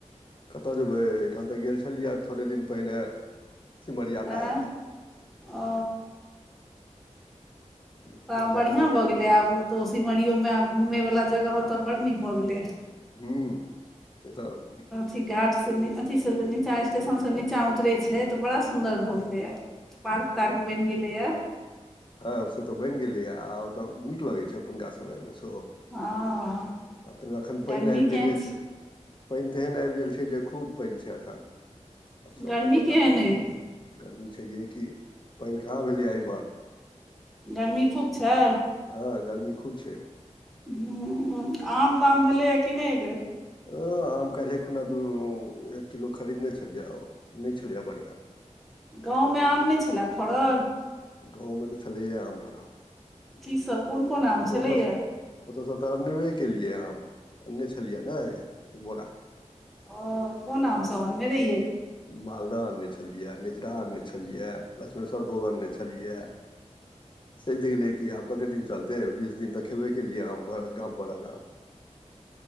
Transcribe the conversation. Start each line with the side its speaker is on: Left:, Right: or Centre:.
Left: कतय जेबै एहिठाम तऽ गेल छलियै थोड़े दिन पहिने सिमरिया नहाय
Centre: आँय
Left: लाए
Centre: ओ
Left: सिमरिया
Centre: तऽ आब बढ़िआँ
Left: नहा
Centre: भऽ
Left: कऽ एबे
Centre: गेलै
Left: केलियै
Centre: आब ओ तऽ सिमरियोमे आब घूमयवला जगह ओ तऽ बड़ नीक भऽ गेलै।
Left: हू से तऽ
Centre: अ घाट से अथी सब नीचा स्टेशन स नीचा उतरे छैय तऽ बड़ा सुंदर भऽ गेलेया। पार्क तार्क बन गेलेय।
Left: ह से तऽ बनै गेलैए आ ओतय नीक लगैत छैय एखुनका समयमे सेहो।
Centre: हँ
Left: आ ताहिमे एखन पाइन
Centre: गर्मी
Left: आइब
Centre: केहन
Left: गेलै
Centre: छै
Left: पाइन तेहन आइब गेल छैय जे खूब पाइन छैय एखन। आब सभ
Centre: गर्मी
Left: दोकान
Centre: केहन अइ
Left: <inaudible> गर्मी छैहै कि पाइन कहाँ भेलै इम्हर।
Centre: गर्मी खूब छै
Left: हऽ गर्मी खूब छैय।
Centre: हुँ आम ताम भेलै कि नै एबैर।
Left: अ आम काइलें खुना दू एक किलो खरीदने छलियै आम नै छलै बढ़ियाँ।
Centre: गाँव में आम नै छलए फड़ल।
Left: गाँव में तऽ छलैए आम फरल
Centre: की सब कोन कोन आम छलैए
Left: <inaudible> ओ तऽ स ओतयसँ तऽ आनबे केलियै आम आनने छलियै ने एक बोरा।
Centre: आ कोन आम सब आनने रहियै।
Left: मालदह आनने छलिया नेचरा आनने छलिया लक्ष्मेश्वरभोग आनने छलिया। सैद गेलै कि आब कतेक दिन चलतै बीस दिन तऽ खेबे केलियै आम गांम पर हक आम